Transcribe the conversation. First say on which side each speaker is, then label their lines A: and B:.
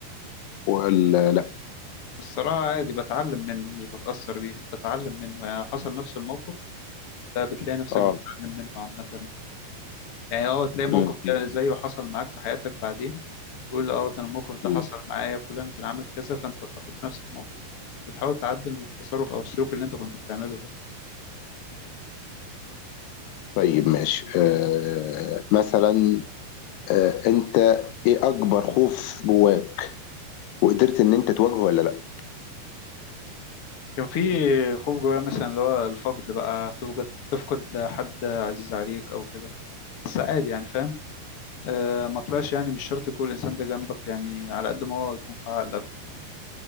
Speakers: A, on the left (about 80°); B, on the left (about 60°).
A: ولا لا
B: الصراحة عادي بتعلم منه مش بتأثر بيه بتعلم منه يعني لو حصل نفس الموقف لا بتلاقي نفسك
A: اه
B: بتتعلم منه عامة يعني اه تلاقي موقف
A: مم.
B: كده زيه حصل معاك في حياتك بعدين تقول اه ده أنا الموقف
A: مم.
B: ده حصل معايا فلان كان عامل كذا فانت اتحطيت في نفس الموقف فبتحاول تعدل من التصرف او السلوك اللي انت كنت بتعمله ده
A: طيب ماشي آه مثلا آه انت ايه اكبر خوف جواك وقدرت ان انت تواجهه ولا لا
B: كان في خوف جوايا مثلا اللي هو الفقد بقى تفقد تفقد حد عزيز عليك او كده بس عادي يعني فاهم آه ما طلعش يعني مش شرط يكون الإنسان ده جنبك يعني على قد ما هو يكون في عقلك وكده